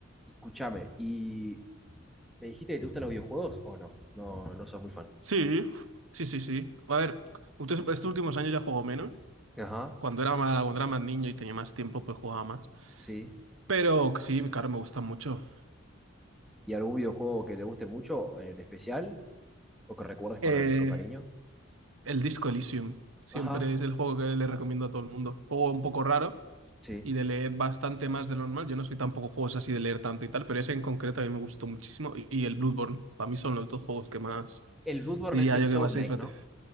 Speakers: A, in the centre; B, on the right.
A: escúchame, ¿y me dijiste que te gustan los videojuegos o no? No, no sos muy fan.
B: Sí, sí, sí, sí. A ver, ustedes estos últimos años ya juego menos.
A: Ajá,
B: Cuando era más, cuando era más niño y tenía más tiempo, pues jugaba más.
A: sí.
B: Pero que sí, claro, me gusta mucho.
A: ¿Y algún videojuego que te guste mucho en especial o que recuerdes
B: Eh,
A: con, con cariño?
B: el Disco Elysium. Siempre
A: Ajá,
B: es el juego que le recomiendo a todo el mundo. Juego un poco raro.
A: sí.
B: y de leer bastante más de lo normal. Yo no soy tampoco juegos así de leer tanto y tal, pero ese en concreto a mí me gustó muchísimo. Y, y el Bloodborne, para mí son los dos juegos que más,
A: El Bloodborne
B: diría
A: es el
B: yo,
A: Souls-like,
B: que más se disfruté.
A: ¿no?